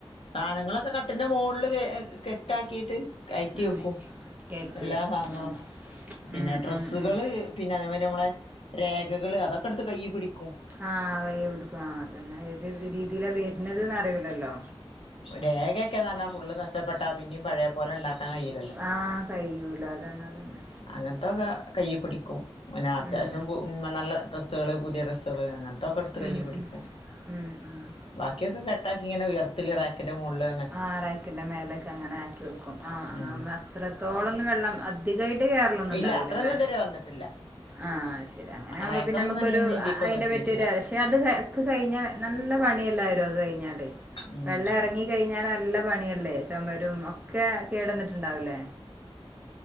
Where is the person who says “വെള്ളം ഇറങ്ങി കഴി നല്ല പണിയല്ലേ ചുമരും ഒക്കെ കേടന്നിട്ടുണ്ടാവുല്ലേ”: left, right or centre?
Right